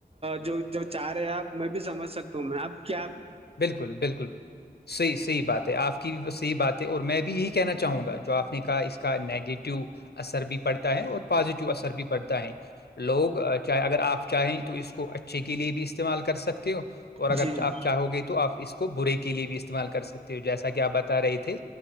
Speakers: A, on the right; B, on the left.
A: جو جو چار ہے آپ میں بھی سمجھ سکتا ہوں میں آپ کیاب
B: بالکل بالکل صحیح صحی بات ہے آپ کی بھی وہ صحیح بات ہے اور میں بھی یہی کہنا چاہوں گا جو آپ کا اس کا نگیٹو اثر بھی پڑتا ہے اور پازیٹو اثر بھی پڑتا ہے لوگ چاہ اگر آپ چاہیں تو اس کو اچھے کے لیے بھی استعمال کر سکتے ہو اور
A: جی
B: اگر
A: ہاں
B: آپ چاہو گے تو تو آپ اس کو برے کے لیے بھی استعمال کر سکتے ہو جیسا کہ آپ بتا رہے تھے